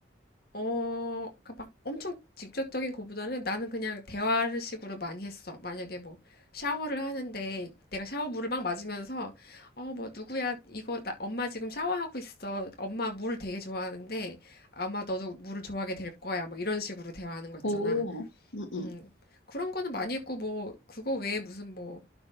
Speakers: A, on the left; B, on the left.
A: 어, 그러니까 막 엄청 직접적인 것보다는 나는 그냥 대화를 식으로 많이 했어. 만약에 뭐 샤워를 하는데 내가 샤워 물을 막 맞으면서 어, 뭐 누구야 이거 나 엄마 지금 샤워하고 있어. 엄마 물을 되게 좋아하는데 아마 너도 물을 좋아하게 될 거야. 뭐 이런 식으로 대화하는 거 있잖아.
B: 오, 음,
A: 음.
B: 음.
A: 그런 거는 많이 했고 뭐 그거 외에 무슨 뭐